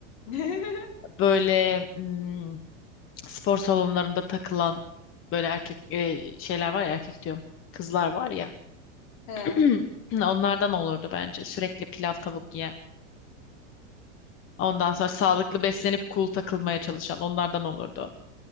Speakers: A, on the left (about 60°); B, on the left (about 35°).
A: <laughs>
B: Böyle hmm, spor salonlarında takılan böyle erkek e, şeyler var ya erkek diyorum. Kızlar var ya.
A: He. Yap.
B: <clears throat> Onlardan olurdu bence. Sürekli pilav tavuk yiyen. Ondan sonra sağlıklı beslenip cool takılmaya çalışan onlardan olurdu.